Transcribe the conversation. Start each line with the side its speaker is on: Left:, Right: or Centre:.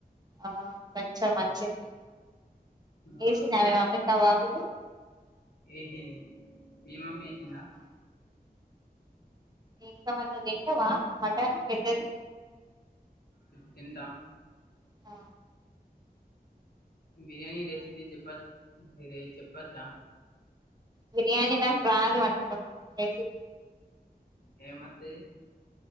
Right: ఆ కొంచెం మచ్చింది వసింది
Left: ఆ
Right: ఆమె మమ్మి కబాబులు
Left: ఏసింది మీ మమ్మీ ఏసిందా
Right: ఆహా ఇంకావన్నది ఇంటవా మటన్ పెద్దది
Left: తింటా
Right: ఆ
Left: బిర్యానీ రెసిపీ చెప్ప రే చెప్పచ్చా
Right: బిరియాని నకు రాదు వండడం రెసిపి
Left: హే మా తె